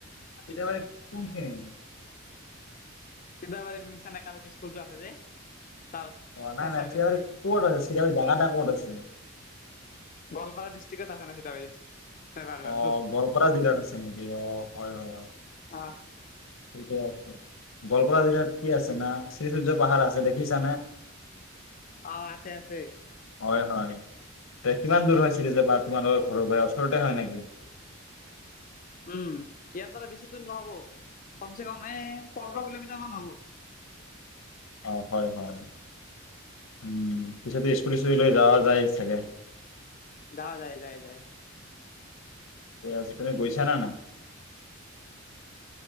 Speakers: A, on the left; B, on the left.
A: <unintelligible> কোন খিনি?
B: সিদাবাৰি মিছান একাদেমি কুল'তো আছে যে। তাৰ
A: অ নাই
B: তাৰ
A: নাই
B: চাইডত
A: চিৰাবাৰি কত আছে? চিৰাবৰি জাগাটা ক'ত আছে? <inaudible>
B: গোৱালপাৰা <unintelligible>
A: অ,
B: টো
A: গোৱালপাৰা জিলাত আছে নেকি? অ হয় হয়
B: অ
A: ঠিকে আছে গোৱালপাৰা জিলাত কি আছে না, শ্ৰীসূৰ্য পাহাৰ আছে দেখিছানে?
B: অ আছে আছে।
A: হয় হয় এ কিমান দূৰ হয় <unintelligible> তোমালোকৰ ঘৰৰ পৰা? ওচৰতে হয় নেকি?
B: উম, ইয়াৰ পৰা বেছি দূৰ নহব। কম চে কম এ পোন্ধৰ
A: অ',
B: কিলোমিটাৰ মান হ'ব।
A: অ হয় হয়। উম পিছে টো স্কুুল স্কুতি লৈ যা যায় চাগে?
B: যা যায়ে যায় যায়।
A: এইয়া আজি তুমি গৈছা নে নাই?